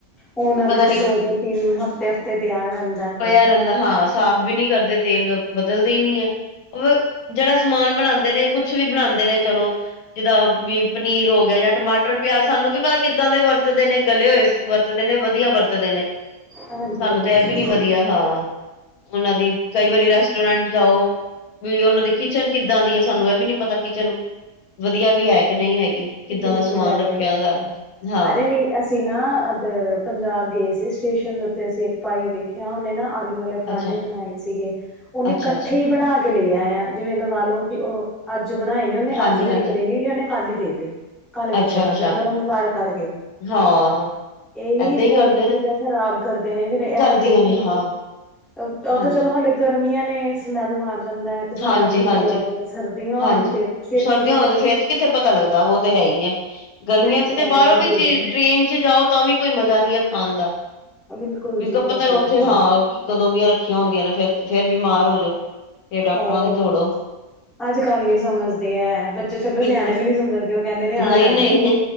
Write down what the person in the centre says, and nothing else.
ਉਹਨਾਂ
ਦੇ
ਤੇ ਦੋ-ਦੋ ਤਿੰਨ ਹਫ਼ਤੇ-ਹਫ਼ਤੇ ਤਿਆਰ ਰਹਿੰਦਾ ਜੇ।
ਹਾਂਜੀ
ਹਾਂਜੀ
ਬਿਲਕੁਲ
ਐ
ਤੇ ਹੈ
ਈ ਐ।
ਅਰੇ ਨਈ ਅਸੀਂ ਨਾ ਇਧਰ ਪੰਜਾਬ ਗਏ ਸੀ, ਸਟੇਸ਼ਨ ਦੇ ਉੱਤੇ ਅਸੀਂ ਇੱਕ ਭਾਈ ਵੇਖਿਆ ਉਹਨੇ ਨਾ ਆਲੂ ਵਾਲੇ ਪਰਾਂਠੇ
ਬਣਾਏ ਸੀਗੇ ਉਹਨੇ
ਇਕੱਠੇ
ਹੀ ਬਣਾ ਕੇ ਲਿਆ ਆ ਜਿਵੇਂ ਲਗਾ ਲੋ ਕਿ ਉਹ ਅੱਜ ਬਣਾਏ ਨੇ ਉਹਨੇ
ਅੱਜ ਉਹਦੇ
ਵਿ ਨਹੀਂ, ਇੰਨੇ ਕੱਲ ਹੀ ਦੇਤੀ, ਕੱਲ ਵੇਚਣ
ਲੱਗ
ਗਯਾ, ਗਰਮ ਕਰ-ਕਰਕੇ।
ਏਵੀ
ਬਹੁਤ
ਚੀਜ਼ਾਂ
ਖ਼ਰਾਬ ਕਰਦੇ ਨੇ ਫਿਰ ਇਹ
ਦੇਖ ਲੋ
ਜੀ। ਉ
ਤੇ ਚਲੋ ਹ ਗਰਮੀਆਂ ਨੇ ਸਮੈਲ ਮਾਰ ਜਾਂਦਾ ਹੈ, ਤੇ ਸਾਡੇ
ਵਰਗੇ
ਪਤਾ ਲੱਗ ਜਾਂਦਾ ਸਰਦੀਆਂ ਹੋਣ
ਤੇ ਫੇਰ
ਕ
ਫੇਰ
ਕਹਿਣਗੇ
ਦੇ
ਦੋ।
ਬਿਲਕੁਲ ਜੀ
ਇਹ ਤੇ
ਹੈ ਹੀ
ਹੈ।
ਹੋਰ
ਅੱਜ ਕੱਲ ਨਹੀਂ ਸਮਝਦੇ ਹੈ, ਬੱਚੇ ਛੱਡੋ
ਸਿਆਣੇ ਵੀ ਨਹੀਂ ਸਮਝਦੇ ਉਹ ਕਹਿੰਦੇ ਨੇ ਆ
ਲੈਂਦੇ